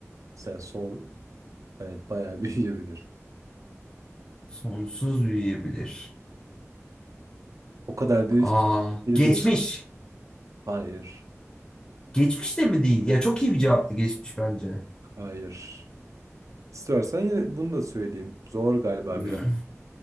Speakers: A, on the right; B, on the left.
A: Sen son evet bayağı <laughs> büyüyebilir.
B: Sonsuz büyüyebilir.
A: O kadar büyüsün.
B: Aa,
A: Biri
B: geçmiş.
A: de o. Hayır.
B: Geçmiş de mi değil? Ya çok iyi bir cevaptı geçmiş bence.
A: Hayır. İstersen yine bunu da söyleyeyim. Zor galiba
B: Hmm.
A: biraz.